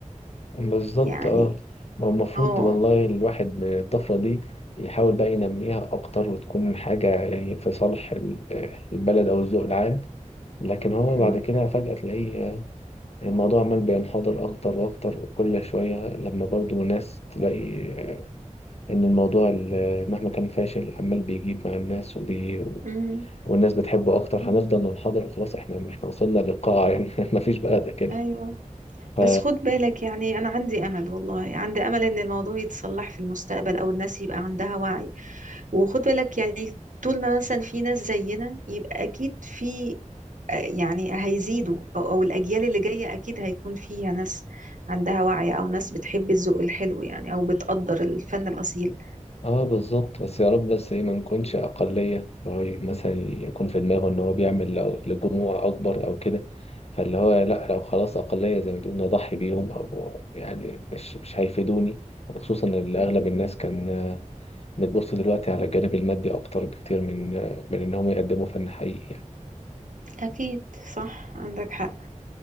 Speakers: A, on the left; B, on the right.
A: بالظبط
B: يعني
A: اه ما هو المفروض
B: اه
A: والله الواحد من الطفرة دي يحاول بقى ينميها أكتر وتكون حاجة يعني في صالح ال- البلد أو الذوق العام لكن هو
B: أمم،
A: بعد كده فجأة تلاقيه آه، الموضوع عمال بينحدر أكتر وأكتر كل شوية لما برضو ناس تلاقي آه، إن الموضوع ال- مهما كان فاشل عمال بيجيب مع الناس وبي...
B: أمم،
A: والناس بتحبه أكتر هنفضل ننحدر خلاص إحنا إحنا وصلنا للقاع يعني <laughs> مفيش بقى ده كده
B: ايوه
A: ف...
B: بس خد بالك يعني انا عندي امل والله عندي امل ان الموضوع يتصلح في المستقبل او الناس يبقى عندها وعي وخد بالك يعني طول ما مثلا في ناس زينا يبقى اكيد في آه، يعني هيزيدوا او أو الاجيال اللي جاية اكيد هيكون فيها ناس عندها وعي او ناس بتحب الذوق الحلو يعني او بتقدر الفن الاصيل
A: اه بالظبط بس يا رب بس ايه ما نكونش اقليه فهو ي- مثلا يكون في دماغه ان هو بيعمل لو- لجموع اكبر او كده فاللي هو لا لو خلاص اقليه زي ما بيقولوا نضحي بيهم او يعني مش مش هيفيدوني خصوصا ان اغلب الناس كان آه، بتبص دلوقتي على الجانب المادي اكتر بكتير من آه، من ان هم يقدموا فن حقيقي يعني
B: أكيد صح عندك حق